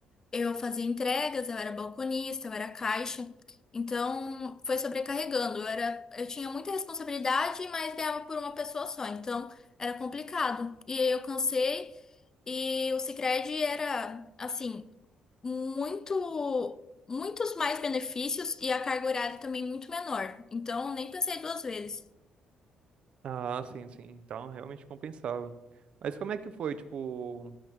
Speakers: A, on the left; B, on the right.
A: Eu fazia entregas, eu era balconista, eu era caixa. Então, foi sobrecarregando. Eu era, eu tinha muita responsabilidade, mas ganhava por uma pessoa só. Então, era complicado. E aí eu cansei e o Sicredi era assim, muito muitos mais benefícios e a carga horária também muito menor. Então, nem pensei duas vezes.
B: Ah, sim, sim. Então, realmente compensava. Mas como é que foi, tipo,